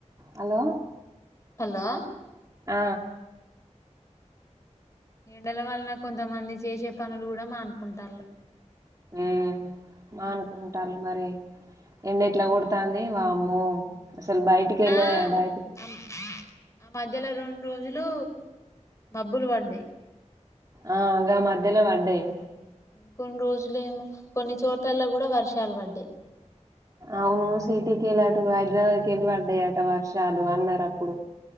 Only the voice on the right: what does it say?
హలో
ఆ
ఊ మానుకుంటాలు మరి. ఎండ ఎట్ల కొడతాంది. వామ్మో
అసలు బయటికి
వెళ్ళ బయట
ఆగా మధ్యలో పడ్డాయి.
అవును సిటీ కేల్లిఅటు హైదరాబాద్ కెళ్లి వడ్డాయి ఆట్ వర్షాలు అన్నారు అప్పుడు.